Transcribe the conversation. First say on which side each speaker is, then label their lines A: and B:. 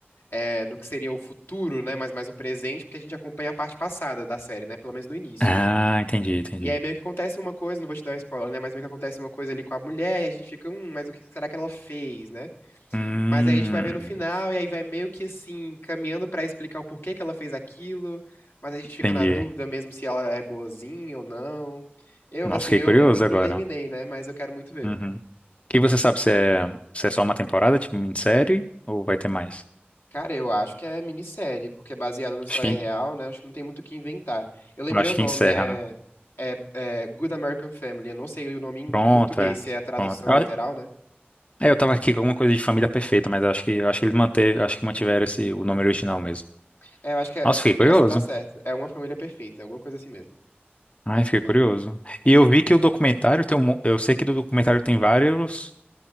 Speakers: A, on the left; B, on the left.
A: é, no que seria o futuro, né, mas mais o presente, porque a gente acompanha a parte passada da série, né, pelo menos no início.
B: Ah, entendi, entendi.
A: E aí meio que acontece uma coisa, não vou te dar um spoiler, né, mas meio que acontece uma coisa ali com a mulher, e a gente fica, hum, mas o que será que ela fez, né?
B: Hum,
A: Mas aí a gente vai ver no final, e aí vai meio que assim, caminhando pra explicar o porquê que ela fez aquilo, mas a gente fica
B: entendi.
A: na dúvida mesmo se ela é boazinha ou não. Eu,
B: Nossa,
A: assim,
B: fiquei
A: eu
B: curioso
A: não, não
B: agora.
A: terminei, né? Mas eu quero muito ver.
B: Uhum. E você sabe se é, se é só uma temporada, tipo minissérie, ou vai ter mais?
A: Cara, eu acho que é minissérie, porque é baseada numa história
B: Acho que,
A: real, né? Acho que não tem muito o que inventar. Eu lembrei
B: acho
A: o nome,
B: que encerra,
A: é,
B: né?
A: é, é Good American Family. Eu não sei o nome em,
B: Pronto,
A: em português,
B: é.
A: se é a tradução
B: Pronto. Eu
A: literal, né?
B: É, eu tava aqui com alguma coisa de família perfeita, mas acho que eu acho que eles manter, acho que mantiveram esse o nome original mesmo.
A: É, eu acho que é,
B: Nossa,
A: essa-
B: fiquei
A: acho
B: curioso.
A: que você tá certo. É Uma Família Perfeita, alguma coisa assim mesmo.
B: Ai, fiquei
A: É.
B: curioso. E eu vi que o documentário tem um, mo- eu sei que do documentário tem vários,